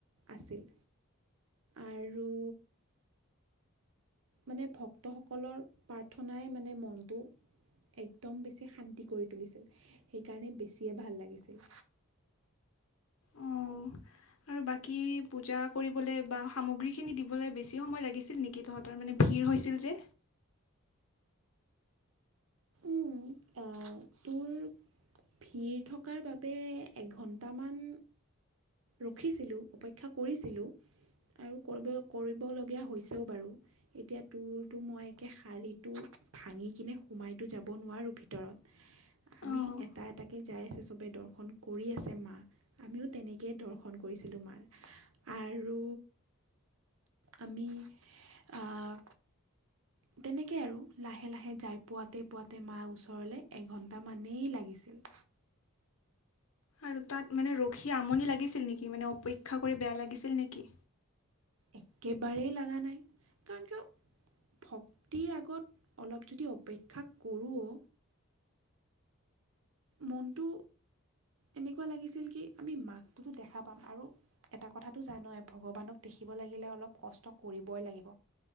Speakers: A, on the right; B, on the left.
A: আছিল, আৰু মানে ভক্তসকলৰ প্ৰাৰ্থনাই মানে মনটো একদম বেছি শান্তি কৰি তুলিছিল, সেইকাৰণে বেছিয়ে ভাল লাগিছিল।
B: অঁ আৰু বাকী পূজা কৰিবলৈ বা সামগ্ৰীখিনি দিবলৈ বেছি সময় লাগিছিল নেকি কি তহঁতৰ মানে ভিৰ হৈছিল যে।
A: উম, আহ তোৰ ভিৰ থকাৰ বাবে একঘণ্টামান ৰখিছিলোঁ, অপেক্ষা কৰিছিলোঁ, আৰু কৰিব কৰিবলগীয়া হৈছেও বাৰু। এতিয়া তোৰতো, মই একে শাৰীটো ভাঙি কিনে সোমাইতো যাব নোৱাৰোঁ ভিতৰত। আমি
B: অঁ
A: এটা এটাকে যাই আছে চবে দৰ্শন কৰি আছে, মা আমিও তেনেকে ে দৰ্শন কৰিছিলোঁ, আৰু আমি, আহ তেনেকে আৰু লাহে, লাহে যাই পোৱাতে, পোৱাতে মাৰ ওচৰলে এঘণ্টামানেই লাগিছিল।
B: আৰু তাত মানে ৰখি আমনি লাগিছিল নেকি, মানে অপেক্ষা কৰি বেয়া লাগিছিল নেকি।
A: একেবাৰেই লগা নাই, কাৰণ ভক্তিৰ আগত, অলপ যদি অপেক্ষা কৰোঁ মনটো, এনেকুৱা লাগিছিল কি আমি মাকটোতো দেখা পাম আৰু এটা কথাটো জানয়ে ভগৱানক দেখিব লাগিলে অলপ কষ্ট কৰিবই লাগিব।